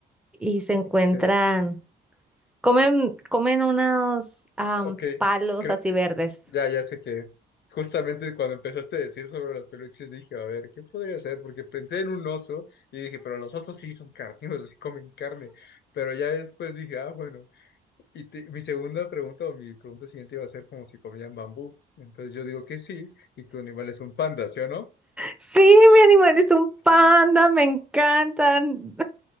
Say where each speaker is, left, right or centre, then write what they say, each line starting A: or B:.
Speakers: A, in the centre; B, on the left.
A: y se encuentran,
B: Ok,
A: comen, comen unos am,
B: ok,
A: palos
B: creo-
A: así verdes.
B: ya, ya sé qué es. Justamente cuando empezaste a decir sobre los peluches dije, a ver, ¿qué podría ser? Porque pensé en un oso y dije, pero los osos sí son carnívoros, sí comen carne. Pero ya después dije, ah, bueno. Y te- mi segunda pregunta o mi pregunta siguiente iba a ser como si comían bambú. Entonces yo digo que sí, y tu animal es un panda, ¿sí o no?
A: Sí, mi animal es un panda, me encantan.